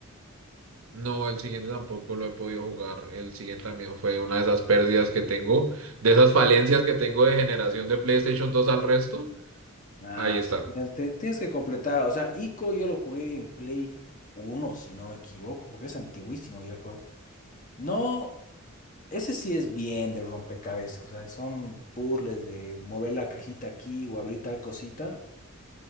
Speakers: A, on the right; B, on the left.
A: No, el siguiente tampoco lo he podido jugar. El siguiente también fue una de esas pérdidas que tengo, de esas falencias que tengo de generación de PlayStation dos al resto.
B: Ah,
A: Ahí está.
B: sí, tienes te- tienes que completar, o sea, Ico yo lo jugué en Play Uno si no me equivoco, porque es antiguísimo ya el juego. No, ese sí es bien de rompecabezas, o sea, son puzzles de mover la cajita aquí o abrir tal cosita,